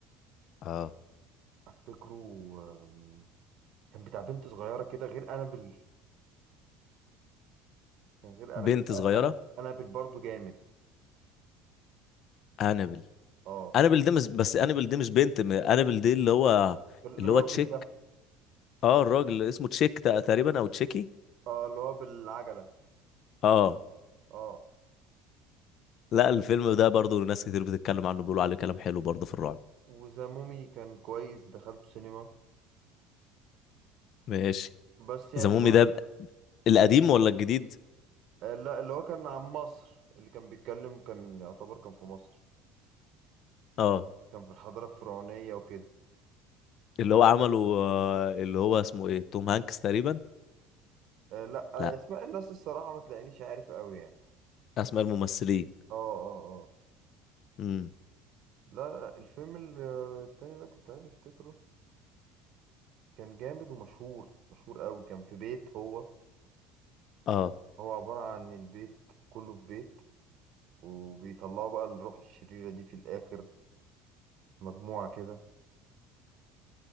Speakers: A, on the left; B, on the right.
A: اه
B: أفتكره آم، كان بتاع بنت صغيرة كده غير أنابل كان غير
A: بنت
B: أنابل آه،
A: صغيره
B: أنا أنابل برضو جامد
A: انابل
B: أه
A: انابل ده مش بس انابل ده مش بنت م- انابل ده اللي هو
B: الراجل
A: اللي هو تشيك
B: ده
A: اه الراجل اللي اسمه تشيك تق- تقريبا او تشيكي
B: أه اللي هو بالعجلة
A: اه
B: أه
A: لا الفيلم ده برضو ناس كتير بتتكلم عنه بيقولوا عليه كلام حلو برضو في الرعب
B: وذا مومي كان كويس دخلته سينما
A: ماشي
B: بس يعني
A: زمومي
B: بر...
A: ده القديم ولا الجديد
B: آه، لا اللي هو كان عن مصر اللي كان بيتكلم كان يعتبر كان في مصر
A: اه
B: كان في الحضارة الفرعونية وكده
A: اللي هو عمله آه اللي هو اسمه ايه توم هانكس تقريبا
B: آه لا آه
A: لا
B: اسماء الناس الصراحة ما تلاقينيش عارف قوي يعني
A: اسماء الممثلين
B: اه اه اه
A: امم
B: لا لا، الفيلم ال- آه، التاني ده كنت عايز افتكره كان جامد ومشهور مشهور قوي كان في بيت هو
A: اه
B: هو عبارة عن البيت كله في بيت وبيطلعوا بقى الروح الشريرة دي في الآخر مجموعة كده